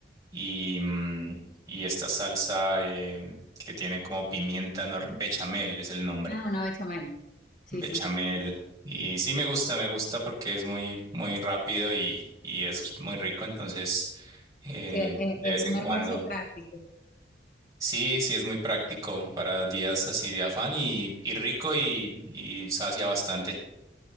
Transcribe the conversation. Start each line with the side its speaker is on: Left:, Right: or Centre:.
Right: y, mm, y esta salsa em, que tiene como pimienta nor- bechamel es el nombre.
Left: Ah, una bechamel. Sí,
Right: bechamel.
Left: sí.
Right: Y sí me gusta, me gusta porque es muy, muy rápido y, y es muy rico, entonces eh,
Left: Sí, es,
Right: de
Left: es
Right: vez
Left: un
Right: en
Left: almuerzo
Right: cuando.
Left: práctico.
Right: Sí, sí es muy práctico para días así de afán y, y rico y, y sacia bastante.